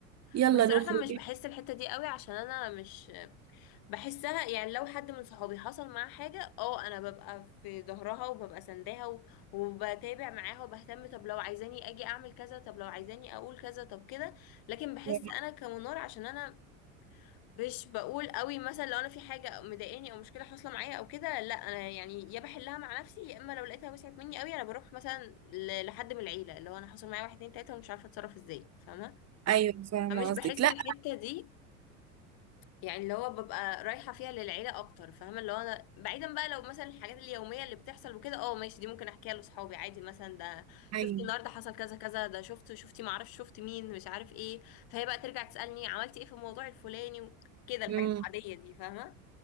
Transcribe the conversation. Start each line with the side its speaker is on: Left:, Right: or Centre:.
Right: يلا
Left: بس صراحه
Right: نخرج
Left: مش بحس الحته دي قوي عشان انا مش بحسها يعني لو حد من صحابي حصل معاه حاجة اه انا ببقى في ظهرها وببقى سنداها و- وبتابع معاها وبهتم طب لو عايزاني اجي اعمل كذا طب لو عايزاني اقول كذا طب كده لكن بحس
Right: <laughs>
Left: انا كمنار عشان انا مش بقول قوي مثلا لو انا في حاجة مضايقاني او مشكلة حاصلة معايا او كده لا انا يعني يا بحلها مع نفسي يا اما لو لقيتها وسعت مني قوي انا بروح مثلا ل- لحد من العيلة اللي هو انا حصل معايا واحد اتنين تلاتة ومش عارفة اتصرف ازاي فاهمة
Right: ايوه فاهمة
Left: فمش
Right: قصدك
Left: بحس
Right: لا
Left: الحتة دي يعني اللي هو ببقى رايحة فيها للعيلة أكتر فاهمة اللي هو أنا بعيدا بقى لو مثلا الحاجات اليومية اللي بتحصل وكده اه ماشي دي ممكن أحكيها لأصحابي عادي مثلا ده شفتي
Right: ايوه
Left: النهاردة حصل كذا كذا ده شفت شفتي معرفش شفت مين مش عارف ايه فهي بقى ترجع تسألني عملتي ايه في الموضوع الفلاني وكده الحاجات
Right: مم.
Left: العادية دي فاهمة